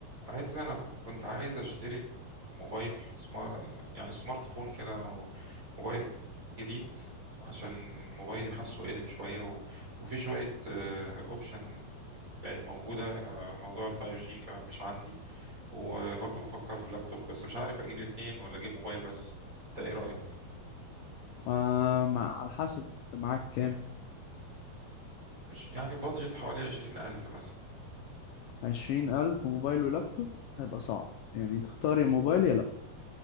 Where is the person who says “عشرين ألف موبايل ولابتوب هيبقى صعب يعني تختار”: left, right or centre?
Left